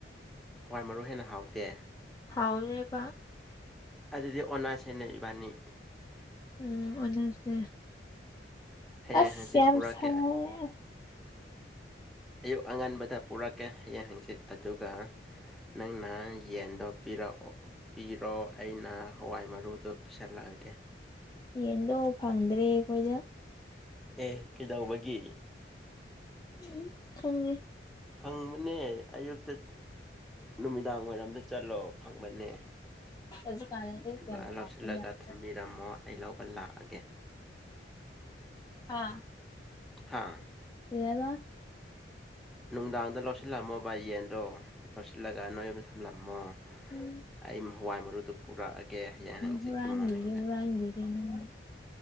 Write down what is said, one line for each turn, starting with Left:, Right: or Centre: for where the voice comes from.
Centre: ꯍꯋꯥꯏ ꯃꯔꯨ ꯍꯦꯟꯅ ꯍꯥꯎꯇꯦ
Left: ꯍꯥꯎꯋꯦꯕ
Centre: ꯑꯗꯨꯗꯤ ꯑꯣꯟꯅꯥꯁꯦꯅꯦ ꯏꯕꯥꯅꯤ
Left: ꯎꯝ ꯑꯣꯟꯅꯁꯦ
Centre: ꯍꯌꯦꯡ
Left: ꯑꯁ
Centre: ꯍꯪꯆꯤꯠ
Left: ꯌꯥꯝ
Centre: ꯄꯨꯔꯛꯀꯦ
Left: ꯁꯥꯏꯌꯦ
Centre: ꯑꯌꯨꯛ ꯑꯉꯟꯕꯗ ꯄꯨꯔꯛꯀꯦ ꯍꯌꯦꯡ ꯍꯪꯆꯤꯠ ꯑꯗꯨꯒ
Left: <inaudible>
Centre: ꯅꯪꯅ ꯌꯦꯟꯗꯣ ꯄꯤꯔꯛꯑꯣ ꯄꯤꯔꯣ ꯑꯩꯅ ꯍꯋꯥꯏ ꯃꯔꯨꯗꯣ ꯄꯤꯁꯜꯂꯛꯑꯒꯦ
Left: ꯌꯦꯟꯗꯣ ꯐꯪꯗ꯭ꯔꯦ ꯑꯩꯈꯣꯏꯗ
Centre: ꯑꯦ ꯀꯩꯗꯧꯕꯒꯤ
Left: ꯎꯝ ꯈꯪꯗꯦ
Centre: ꯐꯪꯕꯅꯦ ꯑꯌꯨꯛꯇ ꯅꯨꯃꯤꯗꯥꯡ ꯋꯥꯔꯝꯗ ꯆꯠꯂꯣ ꯐꯪꯕꯅꯦ
Left: ꯍꯧꯖꯤꯛꯀꯥꯟꯗꯗꯤ
Centre: ꯑꯗꯨꯒ
Left: ꯌꯥꯝ ꯐꯥꯕ
Centre: ꯂꯧꯁꯤꯜꯂꯒ
Left: ꯌꯥꯝ
Centre: ꯊꯝꯕꯤꯔꯝꯃꯣ
Left: ꯆꯠ
Centre: ꯑꯩ ꯂꯧꯕ ꯂꯥꯛꯑꯒꯦ
Left: ꯑꯥ
Centre: ꯍꯥꯥ
Left: ꯀꯩꯍꯥꯏꯕ
Centre: ꯅꯨꯡꯗꯥꯡꯗ ꯂꯧꯁꯤꯜꯂꯝꯃꯣꯕ ꯌꯦꯟꯗꯣ ꯂꯧꯁꯤꯜꯂꯒ ꯅꯣꯏ ꯌꯨꯝꯗ ꯊꯝꯂꯝꯃꯣ
Left: ꯎꯝ
Centre: ꯑꯩ ꯍꯋꯥꯏ ꯃꯔꯨꯗꯨ ꯄꯨꯔꯛꯑꯒꯦ ꯍꯌꯦꯡ ꯍꯪꯆꯠꯀꯤ
Left: ꯍꯨꯔꯥꯟꯕꯤꯒꯦ
Centre: ꯃꯣꯔꯅꯤꯡꯗ
Left: ꯍꯨꯔꯥꯟꯕꯤꯒꯦ ꯅꯪꯒꯤ